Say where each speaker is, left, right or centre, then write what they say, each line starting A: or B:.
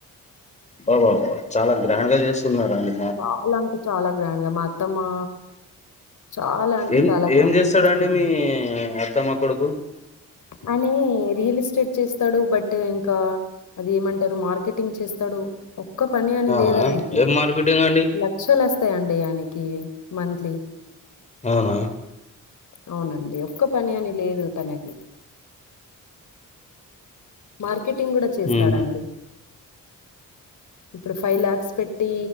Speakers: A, on the left (about 20°); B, on the left (about 60°).
A: బా బాబ చాలా గ్రాండ్ గా చేస్తున్న రాండి
B: చాల్ అంటే చాలా గ్రాండ్ గా మా అత్తమ్మా చాలా అంటే
A: ఏం
B: చాలా గ్రాండ్గా
A: ఏం చేస్తాడండి
B: చేస్కుంటున్
A: మీ అత్తమ్మ కొడుకు
B: అనీ రియల్ ఎస్టేట్ చేస్తాడు బట్ ఇంకా అది ఏమంటారు మార్కెటింగ్ చేస్తాడు ఒక్క పని అని
A: ఆ
B: లేదన్
A: ఆ
B: కి
A: ఏం మార్కెటింగ్ అండి
B: లక్షల్ ఒస్తాయండి ఆయనకి మంత్లీ
A: ఆవునా
B: అవునండి ఒక్క పని అని లేదు తనకి మార్కెటింగ్ గూడా చేస్తాడాండి
A: ఉహు
B: ఇప్పుడు ఫైవ్ లాక్స్ పెట్టి